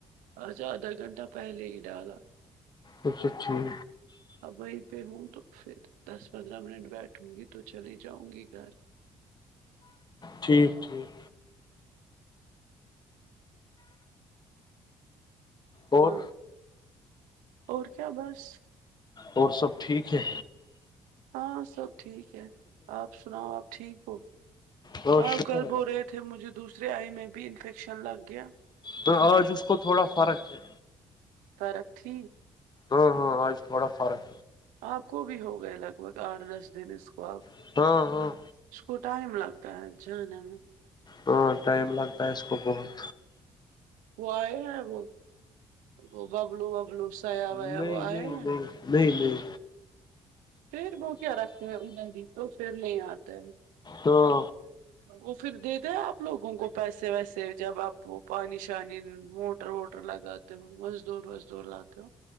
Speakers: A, on the right; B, on the left.
A: آج آدھا گھنٹہ پہلے ہی ڈالا
B: اچ سا ٹھیک
A: اب وہیں پہ ہوں تو پھر دس پندرہ منٹ بیٹھوں گی تو چلی جاؤں گی گھر
B: ٹھیک ٹھیک
A: ہاں
B: اور
A: اور کیا بس
B: اور سب ٹھیک ہے
A: ہاں سب ٹھیک ہے آپ سناؤ آپ ٹھیک ہو
B: بہت شکر
A: آپ کل
B: اللہ
A: بول رہے ے مجھے دوسر آئی میں بھی انفیکشن لگ گیا
B: تو آج اس کو تھوڑا فرق ہے
A: فرق تھی
B: ہاں ہاں آج تھوڑا فرق
A: آپ کو بھی ہو گئے لگ بھگ آٹھ دس دن اس کو آپ
B: کو ہاں ہاں
A: اس کو ٹائم لگتا ہے جانے میں
B: ہاں ٹائم لگتا ہے اس کو بہت
A: وہ آئے ہیں وہ وہ ببلو وبلو سیا
B: نہیں
A: ویا وہ
B: نہیں
A: آئے ہیں
B: نہیں نہیں نہیں
A: پھر وہ کیا رکھتے ہیں انلہن توھر نہیں آتا
B: ہاں
A: وہ پھر دے دیں آپ لوگوں کو پیسے ویسے جب آپ وہ پانی شانی موٹر ووٹر لگا تو مز دور وز دور لاتو